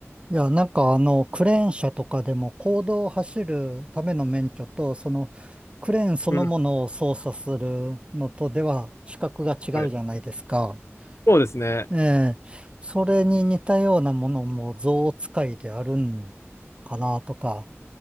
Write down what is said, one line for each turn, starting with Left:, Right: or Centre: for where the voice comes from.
Right: や、なんかあの、クレーン車とかでも、公道を走るための免許と、その、クレーンそのものを操作するのとでは、
Left: うん。
Right: 資格が違うじゃないですか。
Left: はい。そうですね。
Right: ええ。それに似たようなものも、象使いであるんかなとか、